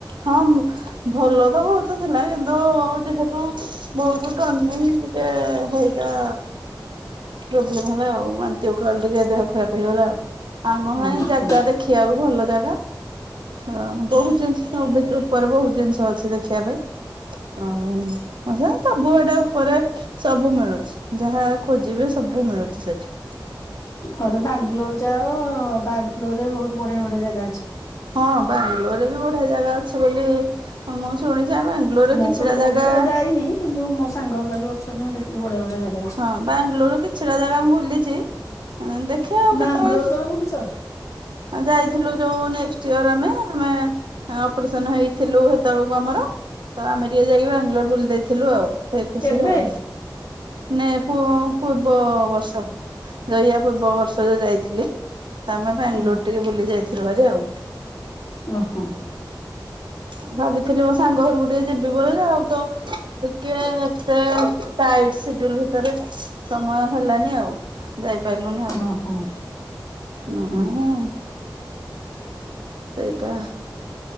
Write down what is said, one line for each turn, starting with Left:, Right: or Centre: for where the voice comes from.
Right: ହଁ-ଭଲ ତ ବହୁତୁ ଥିଲା କିନ୍ତୁ ଯେହେତୁ ବହୁତୁ <unintelligible> ଟିକେ ହେଇଟା। ପ୍ରୋବ୍ଲେମ ହେଲା ଆଉ ବାନ୍ତି ଓକାଳ ଟିକେ ଦେହ ଖରାପ ହେଇଗଲା। ଆଉ <unintelligible>
Left: ହଁ
Right: ଏ
Left: ହଁ।
Right: ଜାଗା ଦେଖି ବାକୁ ଭଲ ଜାଗା। ହଁ, ବହୁତ୍ ଜିନିଷ ଉପରେ ବହୁତ୍ ଜିନିଷ ଅଛି ଦେଖିବା ପାଇଁ। <unintelligible> ବୁହା ଟା ଉପରେ ସବୁ ମିଳୁଚି ଯାହା ଖୋଜିବେ ସବୁ ମିଳୁଚି ସେଠି।
Left: ଥରେ ବାଙ୍ଗାଲୋର ଯାଅ ବାଙ୍ଗାଲୋର୍ ରେ ବହୁତ ବଢିଆ ବଢିଆ ଜାଗା ଅଛି।
Right: ହଁ, ବାଙ୍ଗାଲୋରରେ ବି ବଢିଆ ଜାଗା ଅଛି ବୋଲି ମୁ ସୁ ଶୁଣିଛି ଆ ବ୍ୟାଙ୍ଗଲୋରରେ
Left: ମୁଁ
Right: କିଛିଟା
Left: କେ ମୁଁ
Right: ଜାଗା
Left: ବି କେବେ ଯାଇନି କିନ୍ତୁ ମୋ ସାଙ୍ଗ ହେକା ଯଉ ଅଛନ୍ତି। ମୁଁ ଦେଖିଚି ବଢିଆ ବଢିଆ ଜାଗା ଅଛି।
Right: ହଁ ବାଙ୍ଗାଲୋର ର କିଛିଟା ଜାଗା ମୁଁ ବୁଲିଚି। ଦେଖିବା ଆଉ
Left: ବାଙ୍ଗାଲୋର
Right: କେତେବେଳେ
Left: କେବେ ବୁଲିଛ
Right: ଯାଇଥିଲୁ ଯୋଉ ନେକ୍ସଟ୍ ଇୟର ଆମେ, ଆମେ ହଁ, ଅପରେସନ ହେଇଥିଲୁ ହେତେବେଳକୁ ଆମର। ତ ଆମେ ଟିକେ ଯାଇକି ବାଙ୍ଗାଲୋର ବୁଲି ଦେଇଥିଲୁ ଆଉ। ସେଇ ଖୁସିରେ
Left: କେବେ
Right: ଆଉ। ନେ ପୁ ଅ ପୂର୍ବ ବର୍ଷ ଯଉ ଇଆ ପୂର୍ବ ବର୍ଷ ଯୋଉ ଯାଇଥିଲି ତ ଆମେ ବାଙ୍ଗାଲୋର
Left: ହୁଁ
Right: ଟିକେ ବୁଲି ଯାଇଥିଲୁ ହାରି ଆଉ। <unintelligible>
Left: ଓହୋ।
Right: ଆଉ ଭାବିଥିଲି ମୋ ସାଙ୍ଗ ଘରକୁ ଟିକେ ଯିବି ବୋଲି। ଆଉ ତ ଟିକେ ଏତେ ଟାଇଟ ସେଡୁଲ ଭିତରେ ସମୟ ହେଲାନି ଆଉ। ଯାଇପାରିଲୁନି ଆଉ।
Left: ଓହୋ
Right: ନହେଲେ
Left: ହୁଁ
Right: ନାଇଁ ସେଇଟା